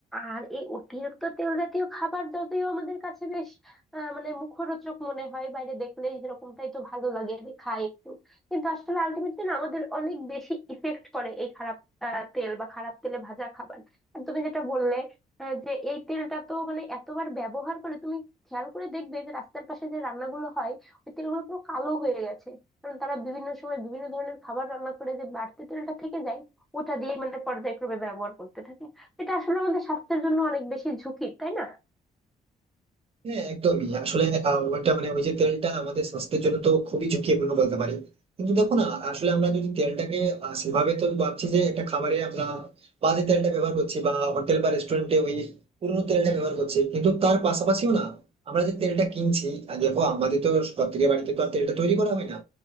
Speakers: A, in the centre; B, on the right (about 40°).
A: আর এই অতিরিক্ত তেল জাতীয় খাবার যদিও আমাদের কাছে বেশ আহ, মানে মুখরোচক মনে হয় বাইরে দেখলেই সেরকমটাই তো ভালো লাগে যে খাই একটু কিন্তু আসলে আলটিমেটলি না আমাদের অনেক বেশি ইফেক্ট করে এই খারাপ আহ, তেল বা খারাপ তেলে ভাজা খাবার আর তুমি যেটা বললে আহ, যে এই তেলটা তো মানে এতবার ব্যবহার করে তুমি খেয়াল করে দেখবে যে রাস্তার পাশে যে রান্নাগুলো হয় ওই তেলগুলো পুরো কালো হয়ে গেছে কারণ তারা বিভিন্ন সময় বিভিন্ন ধরনের খাবার রান্না করে যে বাড়তি তেলটা থেকে যায় ওটা দিয়ে মানে পর্যায়ক্রমে ব্যবহার করতে থাকে এটা আসলে আমাদের স্বাস্থ্যের জন্য অনেক বেশি ঝুঁকি তাই না
B: হ্যাঁ একদমই আসলে আহ, ওইটা মানে ওই যে তেলটা আমাদের স্বাস্থ্যের জন্য তো খুবই ঝুঁকিপূর্ণ বলতে পারি কিন্তু দেখো না আসলে আমরা যদি তেলটাকে আহ, সেভাবে তো ভাবছি যে একটা খাবারে আমরা বাজে তেলটা ব্যবহার করছি বা হোটেল বা রেস্টুরেন্টে ওই পুরোনো তেলটা ব্যবহার করছি কিন্তু তার পাশাপাশিও না আমরা যে তেলটা কিনছি আর দেখো আমাদের তো প্রত্যেকের বাড়িতে তো আর তেলটা তৈরি করা হয় না